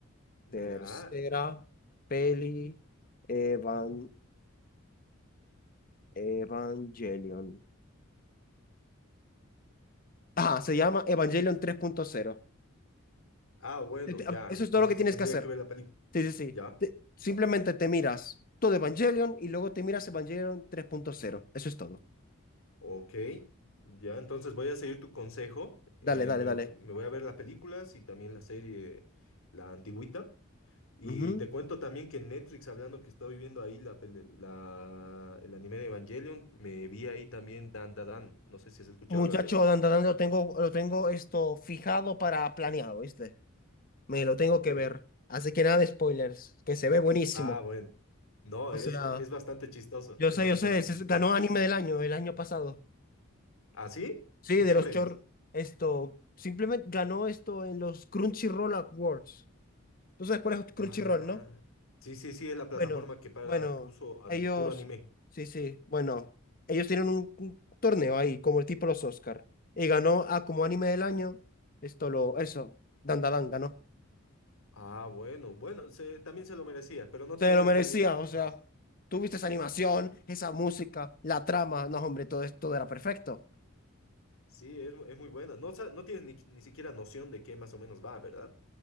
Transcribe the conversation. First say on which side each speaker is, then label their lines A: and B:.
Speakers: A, on the left; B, on the left.
A: Tercera
B: ya.
A: peli Evan, Evangelion. Ah, se llama Evangelion 3.0.
B: Ah, bueno,
A: Te- te-
B: ya,
A: ah, Eso
B: entonces
A: es todo lo que tienes
B: tendría
A: que hacer.
B: que ver la película.
A: Sí, sí, sí.
B: Ya.
A: Te- simplemente te miras todo Evangelion y luego te miras Evangelion 3.0. Eso es todo.
B: Ok, ya, entonces voy a seguir tu consejo.
A: Dale,
B: eh,
A: dale,
B: me,
A: dale.
B: me voy a ver las películas y también la serie, la antigüita. Y
A: Ujú.
B: te cuento también que en Netflix, hablando que estoy viendo ahí la, peli- la- el anime de Evangelion, me vi ahí también Dan Da Dan. No sé si has escuchado
A: Muchacho,
B: hablar de él.
A: Dan, Dan, Dan, lo tengo, lo tengo esto fijado para planeado, ¿viste? Me lo tengo
B: Ok.
A: que ver. Así que nada de spoilers, que se ve buenísimo.
B: Ah, bueno. No,
A: O
B: es,
A: sea,
B: es bastante chistoso,
A: yo
B: es
A: sé,
B: bastante
A: yo sé, se-
B: chistoso.
A: ganó anime del año, el año pasado.
B: ¿Ah, sí?
A: Sí,
B: ¿En
A: de
B: qué
A: los
B: premios?
A: short, esto, simplemente ganó esto en los Crunchyroll Awards. ¿Tú sabes cuál es Crunchyroll,
B: Ah,
A: no?
B: sí, sí, sí, es la plataforma
A: Bueno,
B: que para
A: bueno,
B: puso an-
A: ellos,
B: puro anime.
A: sí, sí, bueno, ellos tienen un, un torneo ahí, como el tipo los Oscar, y ganó a como anime del año, esto lo, eso, Dandadan ganó.
B: Ah, bueno, bueno, se, también se lo merecía, pero no te
A: Se
B: voy
A: lo
B: a
A: merecía,
B: spoilear
A: o
B: nada
A: sea,
B: más.
A: tú viste esa animación, esa música, la trama, no, hombre, todo esto todo era perfecto.
B: Sí, es, mu- es muy buena. No, sa- no tienes ni, ni siquiera noción de qué más o menos va, ¿verdad?